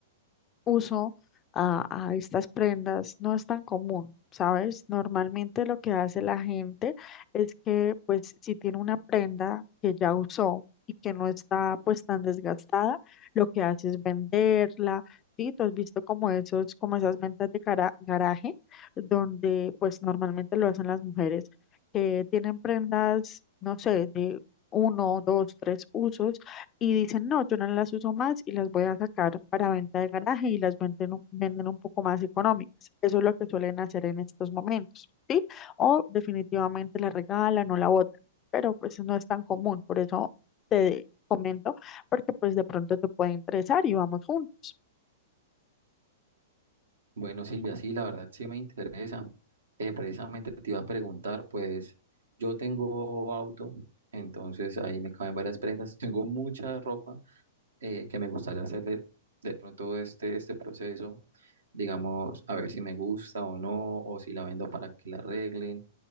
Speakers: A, on the left (about 25°); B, on the right (about 80°).
A: uso a, a estas prendas no es tan común, ¿sabes? Normalmente lo que hace la gente es que, pues, si tiene una prenda que ya usó y que no está, pues, tan desgastada, lo que hace es venderla, ¿sí? Tú has visto como esos, como esas ventas de cara- garaje, donde, pues, normalmente lo hacen las mujeres que tienen prendas, no sé, de uno, dos, tres usos y dicen, no, yo no las uso más y las voy a sacar para venta de garaje y las venden, un- venden un poco más económicas. Eso es lo que suelen hacer en estos momentos, ¿sí? O definitivamente la regalan o la botan, pero pues no es tan común, por eso te comento, porque pues de pronto te puede interesar y vamos juntos.
B: Bueno, Silvia, sí, la verdad sí me interesa. Eh, precisamente te iba a preguntar, pues yo tengo auto, entonces ahí me caben varias prendas. Tengo mucha ropa eh, que me gustaría hacerle de pronto este, este proceso, digamos, a ver si me gusta o no, o si la vendo para que la arreglen.